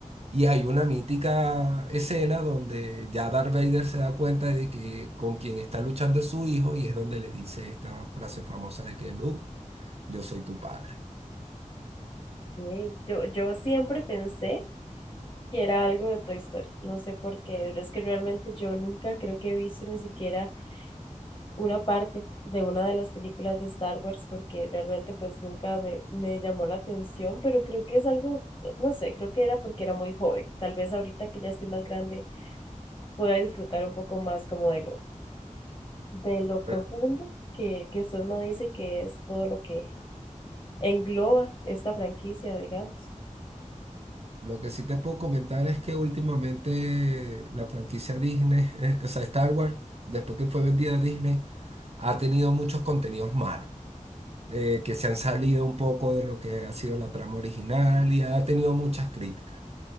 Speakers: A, on the right; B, on the left.
A: y hay una mítica escena donde ya Darth Vader se da cuenta de que con quien está luchando es su hijo y es donde le dice esta frase famosa de que Luke, yo soy tu padre.
B: Ok, Yo, yo siempre pensé que era algo de Toy Story, no sé por qué, pero es que realmente yo nunca creo que he visto ni siquiera una parte de una de las películas de Star Wars porque realmente pues nunca me, me llamó la atención, pero creo que es algo, no sé, creo que era porque era muy joven, tal vez ahorita que ya estoy más grande pueda disfrutar un poco más como de lo, de lo profundo
A: Pero
B: que, que usted me dice que es todo lo que engloba esta franquicia, digamos.
A: Lo que sí te puedo comentar es que últimamente la franquicia Disney, eh, o sea, Star Wars, después que fue vendida a Disney, ha tenido muchos contenidos malos, eh, que se han salido un poco de lo que ha sido la trama original y ha tenido muchas críticas.